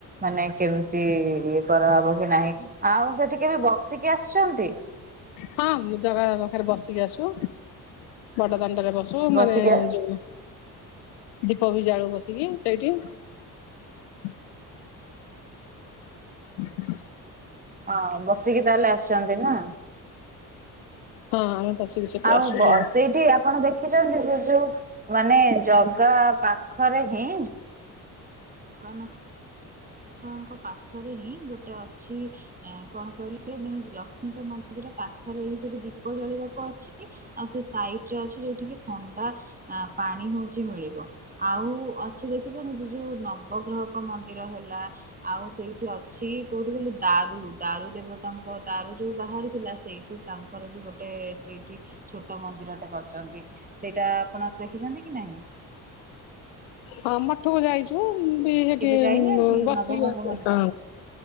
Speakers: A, on the right; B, on the left.
A: ମାନେ କେମିତି ଇଏ କରାହେବ କି ନାହିଁ ଆଉ ସେଠି କେବେ ବସିକି ଆସିଛନ୍ତି?
B: ହଁ ମୁଁ ଜଗାଙ୍କ ପାଖରେ ବସି କି ଆସୁ ବଡ ଦାଣ୍ଡରେ ବସୁ ମାନେ
A: ବସିକି
B: ଯୋଉ ଦୀପ ବି ଜାଳୁ ବସିକି ସେଇଠି <inaudible> <inaudible>
A: ହଁ ବସିକି ତାହେଲେ ଆସିଛନ୍ତି ନା।
B: ହଁ। ବସିକି ସେଠୁ
A: ଆଉ
B: ଆସୁ
A: ଵ
B: ସବୁ।
A: ସେଇଠି ଆପଣ ଦେଖିଛନ୍ତି ସେ ଯୋଉ ମାନେ ଜଗା ପାଖରେ ହିଁ। କଣ? ଙ୍କ ପାଖରେ ହିଁ ଗୋଟେ ଅଛି କଣ। <unintelligible> ଙ୍କ ମନ୍ଦିର ପାଖରେ ହିଁ ସେଠି ଦୀପ ଜଲେଇବାକୁ ଅଛି ଆଉ ସେ ସାଇଡ ରେ ଅଛି ଯୋଉଠିିକି ଥଣ୍ଡା ପାଣି ହଉଛି ମିଳିବ ଆଉ ଅଛ ଦେଖିଛନ୍ତି ସେ ଯୋଉ ନବଗ୍ରହକ ମନ୍ଦିର ହେଲା। ଆଉ ସେଇଠି ଅଛି କୋଉଠି ଗିଲ ଦାରୁ ଦାରୁ ଦେବତାଙ୍କ ଦାରୁ ଯୋଉ ବାହାରି ଥିଲା ସେଇଠି ତାଙ୍କର ବି ଗୋଟେ ସେଇଠି ଛୋଟ ମନ୍ଦିରଟା କରିଛନ୍ତି ସେଇଟା ଆପଣ ଦେଖିଛନ୍ତି କି ନାହିଁ?
B: ହଁ ମଠକୁ ଯାଇଛୁ। ବି ସେଠି
A: କେବେ ଯାଇନାହାନ୍ତି
B: ବସିକି
A: ନବଗ୍ରହଙ୍କ
B: ଆସିବ।
A: ମନ୍ଦିର?